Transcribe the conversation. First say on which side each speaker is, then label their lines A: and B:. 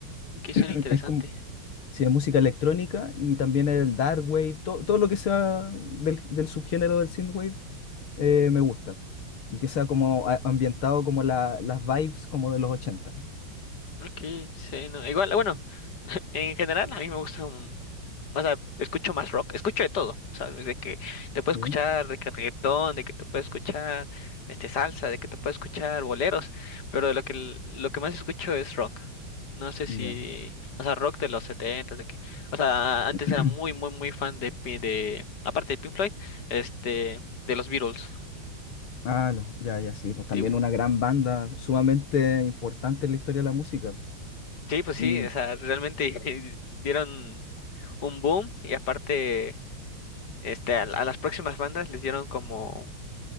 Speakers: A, on the left; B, on the left.
A: ok, suena
B: mm,
A: interesante.
B: Es como, sí, es música electrónica y también el dark wave, to- todo lo que sea del, del subgénero del synthwave eh, me gusta. Y que sea como a- ambientado como la- las vibes como de los ochenta
A: Ok, sí, no, igual, bueno, <laughs> en general a mí me gusta un, o sea, escucho más rock, escucho de todo, ¿sabes? De que te puedo
B: Sí,
A: escuchar de que reggaetón, de que te puedo escuchar este salsa, de que te puedo escuchar boleros, pero de lo que l- lo que más escucho es rock. No sé
B: ya.
A: si, o sea, rock de los setentas, de que, o sea, antes
B: <clears throat>
A: era muy, muy, muy fan de, Pi- de, aparte de Pink Floyd, este, de los Beatles.
B: Ah, lo- ya, ya, sí, pues también
A: Y-
B: una gran banda sumamente importante en la historia de la música.
A: Sí, pues sí,
B: Y,
A: o sea, realmente <laughs> dieron un boom y aparte este, a, a las próximas bandas les dieron como